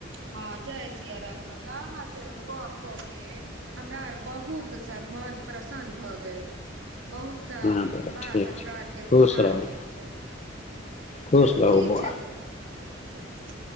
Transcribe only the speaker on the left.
हँ बौआ
ठीक
छै
खुश
रहू
खुश
रहू
बौआ